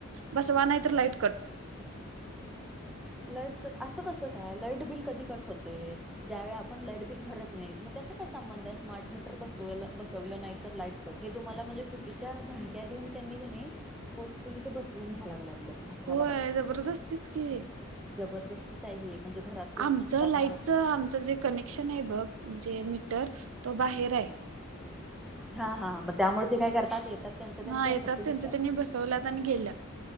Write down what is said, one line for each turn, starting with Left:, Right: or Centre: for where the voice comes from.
Right: बसवा, नाही तर लाईट कट.
Centre: लाईट कट, असं कसं काय? लाईट बिल कधी कट होतंय? ज्या वेळी आपण लाईट बिल भरत नाही, मग त्याचा काय संबंध आहे, स्मार्ट मीटर बसव बसवलं नाही तर लाईट हे तुम्हाला म्हणजे चुकीच्या धमक्या देऊन क नई, त्यांनी फोर्सफुली ते बसवून घ्याय लागलेत बघ. असं
Right: होय,
Centre: मला वाटतं
Right: जबरदस्तीच की
Centre: जबरदस्तीच आहे हे, म्हणजे घरात कोणी
Right: आमचं
Centre: नसताना
Right: लाईटचं, आमच जे कनेक्शन आहे बघ, म्हणजे मीटर, तो बाहेर आहे.
Centre: हा हा, मग त्यामुळे ते काय करतात, येतात त्यांच त्यांच
Right: हा, येतात
Centre: फक्त विचार
Right: त्यांच त्यांनी, बसवल्यात आणि गेल्यात.